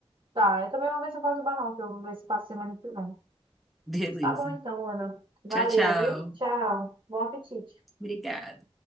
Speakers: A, on the right; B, in the centre.
A: Tá, eu também vou ver se eu faço banoffee. Eu vou ver se faço semana que vem.
B: Beleza.
A: Tá bom então, Ana. Valeu,
B: Tchau, tchau.
A: viu? Tchau. Bom apetite.
B: Obrigada.